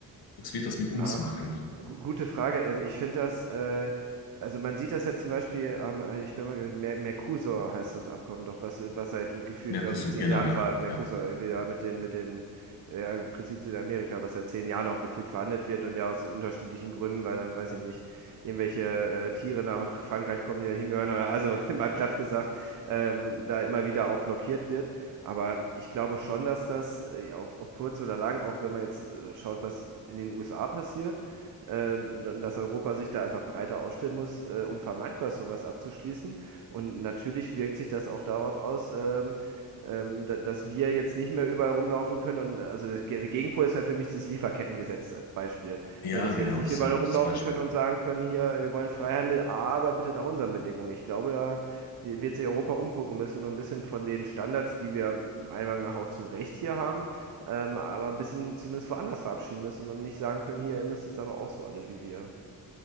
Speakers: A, on the left (about 90°); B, on the right (about 60°).
A: was wird das mit uns
B: Ah,
A: machen?
B: gu- gute Frage. Ähm, ich finde das, äh, also man sieht das ja zum Beispiel, ähm, ich bin mal, ge- Mer Mercosur heißt das Abkommen doch, was, was seit gefühlt,
A: Mercosur,
B: weiß ich, zehn
A: genau,
B: Jahren
A: ja.
B: ver Mercosur,
A: Ja,
B: entweder mit den, mit den, äh, ja, im Prinzip Südamerika, was seit zehn Jahren auch gefühlt verhandelt wird und ja aus unterschiedlichen Gründen, weil dann, weiß ich nicht, irgendwelche äh, Tiere nach Frankreich kommen, die da hingehören oder also <laughs> mal platt gesagt, ähm, da immer wieder auch blockiert wird. Aber ich glaube schon, dass das äh, ja, auf, auf kurz oder lang, auch wenn man jetzt äh, schaut, was in den USA passiert, äh, dass Europa sich da einfach breiter aufstellen muss, äh, unvermeidbar sowas abzuschließen. Und natürlich wirkt sich das auch darauf aus, ähm, ähm, da, dass wir jetzt nicht mehr überall rumlaufen können. Und also das, der Gegenpol ist ja für mich dieses Lieferkettengesetz als Beispiel.
A: ja,
B: Ne, dass
A: genau,
B: wir jetzt nicht
A: sehr
B: überall
A: gutes
B: rumlaufen
A: Beispiel.
B: können und sagen können, hier, wir wollen Freihandel, aber bitte nach unseren Bedingungen. Ich glaube, da wird sich Europa umgucken müssen und ein bisschen von den Standards, die wir meiner Meinung nach auch zu Recht hier haben, ähm, aber ein bisschen zumindest woanders verabschieden müssen und nicht sagen können, hier, ihr müsst jetzt aber auch so alle wie wir.